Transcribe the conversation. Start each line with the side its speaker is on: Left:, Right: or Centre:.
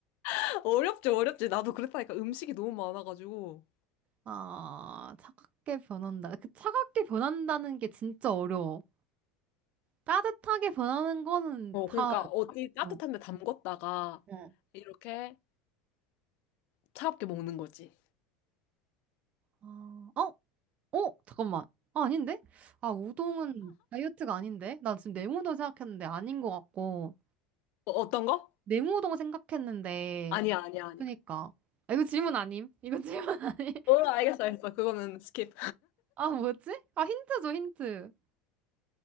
Left: <laughs> 어렵지, 어렵지. 나도 그랬다니까 음식이 너무 많아가지고.
Right: 아, 차갑게 변한다. 그 차갑게 변한다는 게 진짜 어려워. 따뜻하게 변하는 거는
Left: 어,
Right: 다,
Left: 그러니까 어디 따뜻한
Right: 응.
Left: 데 담궜다가
Right: 응.
Left: 이렇게 차갑게 먹는 거지.
Right: 아, 어? 어? 잠깐만. 아, 아닌데? 아, 우동은 다이어트가 아닌데? 나 지금 냉우동 생각했는데 아닌 것 같고.
Left: 어, 어떤 거?
Right: 냉우동 생각했는데.
Left: 아니야, 아니야, 아니야.
Right: 그니까. 아, 이거 질문 아님? 이거 질문 <laughs> 아님?
Left: 어, 알겠어, 알겠어. 그거는 스킵.
Right: 아, 뭐였지? 아, 힌트 줘, 힌트.